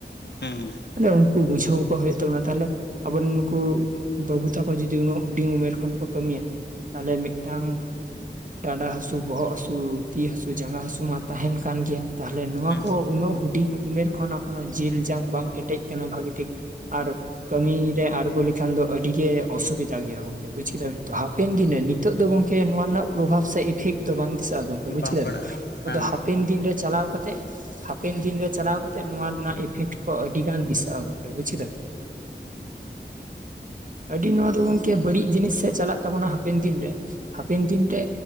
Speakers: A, on the right; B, on the left.
A: <inaudible>
B: ᱦᱮᱸ
A: ᱟᱫᱚ ᱠᱚ ᱵᱩᱡᱷᱟᱹᱣ ᱠᱚ ᱦᱩᱭᱩᱜ ᱛᱟᱵᱱᱟ ᱛᱟᱦᱚᱞᱮ ᱾ ᱟᱵᱚ ᱨᱮᱱ ᱱᱩᱠᱩ ᱵᱟᱹᱵᱩ ᱛᱟᱠᱚ ᱡᱩᱫᱤ ᱩᱱᱟᱹᱜ ᱦᱩᱰᱤᱧ ᱩᱢᱮᱨ ᱠᱷᱚᱱ ᱠᱚ ᱠᱟᱹᱢᱤᱭᱟ ᱛᱟᱦᱚᱞᱮ ᱢᱤᱫᱴᱟᱝ <inaudible> ᱰᱟᱸᱰᱟ ᱦᱟᱹᱥᱩ ᱵᱚᱦᱚᱜ ᱦᱟᱹᱥᱩ ᱛᱤ ᱦᱟᱹᱥᱩ ᱡᱟᱸᱜᱟ ᱦᱟᱹᱥᱩ ᱢᱟ ᱛᱟᱦᱮᱱ ᱠᱟᱱ ᱜᱮᱭᱟ ᱾ ᱛᱟᱦᱚᱞᱮ ᱱᱚᱣᱟ
B: ᱦᱮᱸ
A: ᱠᱚ ᱩᱱᱟᱹᱜ ᱦᱩᱰᱤᱧ ᱩᱢᱮᱨ ᱠᱷᱚᱱ ᱮᱠᱷᱚᱱᱚ ᱡᱤᱞ ᱡᱟᱝ ᱵᱟᱝ ᱠᱮᱴᱮᱡ ᱠᱟᱱᱟ ᱵᱷᱟᱜᱮ ᱴᱷᱤᱠ ᱟᱨ ᱠᱟᱹᱢᱤ ᱨᱮ‌ ᱟᱬᱜᱚ ᱞᱮᱠᱷᱟᱱ ᱫᱚ ᱟᱹᱰᱤ ᱜᱮ ᱚᱥᱩᱵᱤᱫᱟ ᱜᱮᱭᱟ ᱜᱚᱝ ᱠᱮ ᱵᱩᱪ ᱠᱮᱫᱟ ᱵᱤᱱ ᱛᱚ ᱾ ᱦᱟᱯᱮᱱ ᱫᱤᱱ‌ ᱨᱮ ᱱᱤᱛᱚᱜ ᱫᱚ ᱜᱚᱝᱠᱮ ᱱᱚᱣᱟ ᱨᱮᱱᱟᱜ ᱯᱨᱚᱵᱷᱟᱵᱽ ᱥᱮ ᱤᱯᱷᱮᱠᱴ ᱫᱚ ᱵᱟᱝ ᱫᱤᱥᱟᱹᱜᱼᱟ ᱜᱚᱝᱠᱮ ᱵᱩᱪ
B: ᱵᱟᱝ
A: ‌ᱠᱮᱫᱟ
B: ᱯᱟᱲᱟᱜᱼᱟ
A: ᱵᱤᱱ ᱾
B: ᱦᱮᱸ
A: ᱟᱫᱚ ᱦᱟᱯᱮᱱ
B: ᱦᱮᱸ
A: ᱫᱤᱱ ᱨᱮ ᱪᱟᱞᱟᱣ ᱠᱟᱛᱮᱜ ᱦᱟᱯᱮᱱ ᱫᱤᱱ ᱨᱮ ᱪᱟᱞᱟᱣ ᱠᱟᱛᱮᱜ ᱱᱚᱣᱟ ᱨᱮᱱᱟᱜ ᱤᱯᱷᱮᱠᱴ ᱠᱚ ᱟᱹᱰᱤ ᱜᱟᱱ ᱫᱤᱥᱟᱜᱼᱟ ᱜᱚᱝᱠᱮ ᱵᱩᱪ‌ ᱠᱮᱫᱟ ᱵᱤᱱ ᱾ <inaudible> ᱟᱹᱰᱤ ᱱᱚᱣᱟ ᱫᱚ ᱜᱚᱝᱠᱮ ᱵᱟᱹᱲᱤᱡ ᱡᱤᱱᱤᱥ ᱥᱮᱫ ᱪᱟᱞᱟᱜ ᱛᱟᱵᱚᱱᱟ ᱦᱟᱯᱮᱱ ᱫᱤᱱ ᱨᱮ᱾ ᱦᱟᱯᱮᱱ ᱫᱤᱱ ᱨᱮ